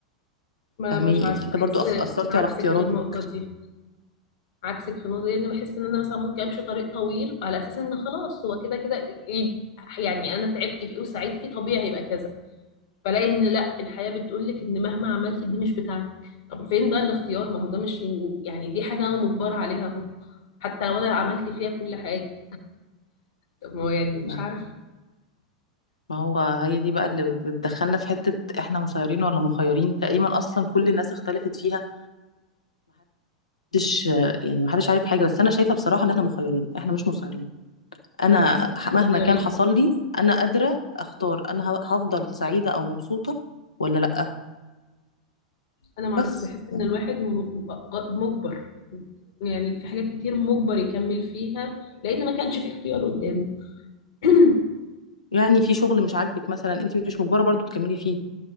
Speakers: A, on the left; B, on the left.
A: ما
B: فاهماني
A: مش عارفه
B: انتي كده
A: بحس
B: برضو أخ- اثرتي
A: عكسك
B: على اختياراتك
A: في النقطه دي عكسك في النقطه دي لان بحس ان انا مثلا ممكن امشي طريق طويل على اساس ان خلاص هو كده كده ي- يعني انا تعبت فيه وسعيت فيه طبيعي هيبقى كذا فلاقي ان لا الحياه بتقول لك ان مهما عملتي دي مش بتاعتك طب فين بقى الاختيار ما هو ده مش يعني دي حاجه انا مجبره عليها اهو حتى لو انا عملت فيها كل حاجه طب ما هو يعني
B: نعم.
A: مش عارفه
B: ما هو هي دي بقى اللي بت- بتدخلنا في حتة احنا مسيرين ولا مخيرين تقريبا اصلا كل الناس اختلفت فيها محدش يعني محدش عارف حاجة بس انا شايفة بصراحة ان احنا مخيرين احنا مش مسيرين انا
A: انا بحس ان احنا
B: ح- مهما
A: مخيرين
B: كان حصل لي انا قادرة اختار انا ه- هفضل سعيدة او مبسوطة ولا لأ
A: انا معرفش
B: بس
A: بحس
B: ف-
A: ان الواحد م- م- غ- مجبر يعني في حاجات كتير مجبر يكمل فيها لان ما كانش في اختيار قدامه <clears throat>
B: يعني في شغل مش عاجبك مثلا انت مش مجبرة برضو تكملي فيه